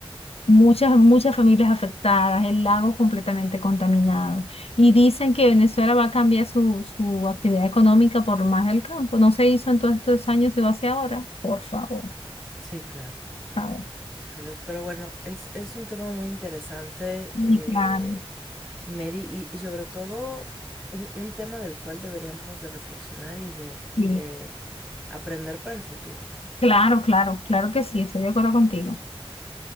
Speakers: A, on the left (about 85°); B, in the centre.
A: Muchas, muchas familias afectadas, el lago completamente contaminado. Y dicen que Venezuela va a cambiar su, su actividad económica por más del campo. No se hizo en todos estos años, se va a hacer ahora. Por favor,
B: Sí, claro.
A: por favor.
B: Híjoles, pero bueno, es, es un tema muy interesante,
A: Y
B: eh,
A: claro,
B: Mary, y, y sobre todo un, un tema del cual deberíamos de reflexionar y de, y
A: sí.
B: de aprender para el futuro, ¿no?
A: Claro, claro, claro que sí, estoy de acuerdo contigo.